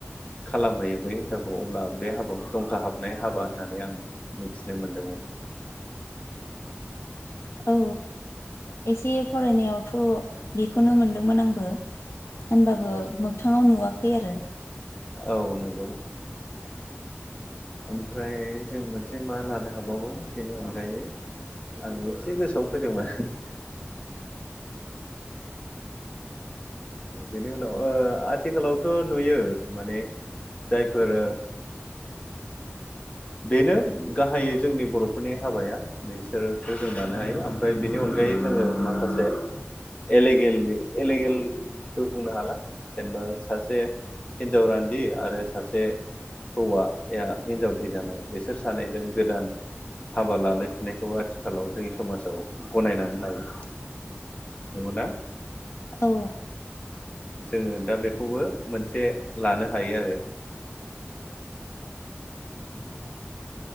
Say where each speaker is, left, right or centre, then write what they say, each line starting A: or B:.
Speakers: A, on the left; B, on the left.
A: खालामहैयो बै हिनजावखौ अब्ला बे हाबाखौ दंखा हाबनाय हाबा होननानै आं मिथिनो मोनदोंमोन
B: औ एसे फरायनायावथ' बेखौनो मोनदोंमोन आंबो होनबाबो
A: नंगौ
B: मोगथाङाव नुवा खै आरो
A: औ नंगौ ओमफ्राय जों मोनसे मा लानो हाबावो बेनि अनगायै आं एसे गोसोआव फैदोंमोन बेनि उनाव ओ आथिखालावथ नुयो माने जायफोर बेनो गाहायै जोंनि बर फोरनि हाबाया बिसोरखौ जों लानो हायो ओमफ्राय बेनि अनगायै जोङो माखासे एलेगेल एलेगेलबो बुंनो हाला जेनेबा सासे हिनजाव रान्दि आरो सासे हौवाया हिनजाव थै जानाय बेसोर सानैजों गोदान हाबा लालायफिननायखौबो आथिखालाव जोंनि समाजाव गनायनानै लायो नंगौना
B: औ
A: जोङो दा बेखौबो मोनसे लानो हायो आरो